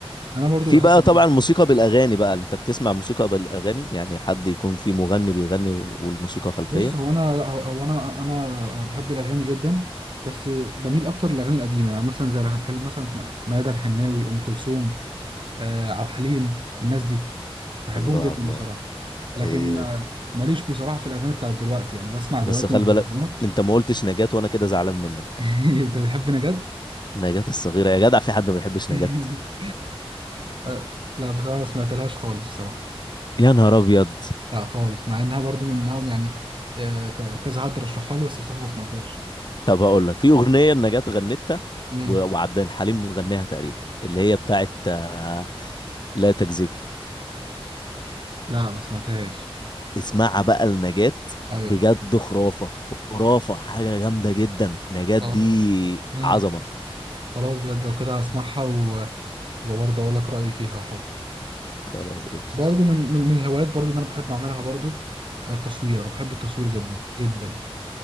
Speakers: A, on the right; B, on the left.
A: انا برضو
B: في
A: بحب
B: بقى طبعا موسيقى بالاغاني بقى انت بتسمع موسيقى بالاغاني يعني حد يكون في مغني بيغني والموسيقى خلفيه
A: بص هو انا هو هو انا انا بحب الاغاني جدا بس بميل اكتر للاغاني القديمه يعني مثلا زي لو هتكلم مثلا في ميادة الحناوي ام كلثوم آه، عبد الحليم الناس دي بحبهم
B: الله
A: جدا
B: الله
A: بصراحه لكن
B: إيه.
A: آه، ماليش بصراحه في الاغاني بتاعت دلوقتي يعني بسمع دلوقتي
B: بس خلي
A: مهرجانات
B: بالك انت ما قلتش نجاة وانا كده زعلان منك
A: <laughs> انت بتحبني جد
B: نجاة الصغيره يا جدع في حد ما بيحبش
A: <laughs>
B: نجاة
A: آه، لا بصراحه ما سمعتلهاش خالص بصراحه
B: يا نهار ابيض
A: لا خالص مع انها برضو منهم يعني آه، ك- كذا حد رشحها لي بس بصراحه ما سمعتهاش
B: طب هقول لك في اغنيه نجاة غنتها
A: امم
B: و- وعبد الحليم غناها تقريبا اللي هي بتاعت آه، لا تكذبي
A: لا ما سمعتهاش
B: اسمعها بقى لنجاة
A: ايوه
B: بجد خرافة خرافة حاجة جامدة جدا نجاة دي
A: آه. مم.
B: عظمة
A: خلاص بجد لو كده هسمعها و... وبرضه اقول لك رايي فيها حب
B: خلاص قشطة
A: برضه من من من الهوايات برضه اللي انا بحب اعملها برضه آه، التصوير انا بحب التصوير جدا جدا